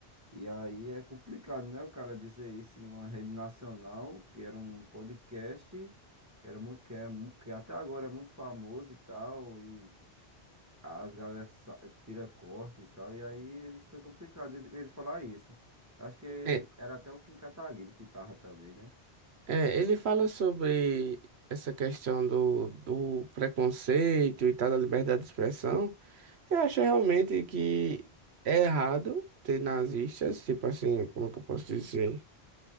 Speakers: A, on the right (about 15°); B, on the right (about 70°).
A: E aí é complicado, né? O cara dizer isso em uma rede nacional, que era um podcast, que era muito, que, é mu- que até agora é muito famoso e tal, e as galera sa- tira corte e tal. E aí foi complicado ele, ele falar isso. Acho que
B: É,
A: era até o Kim Kataguiri que tava também, né?
B: é, ele fala sobre essa questão do, do preconceito e tal, da liberdade de expressão. Eu acho realmente que é errado ter nazistas, tipo assim, como é que eu posso dizer?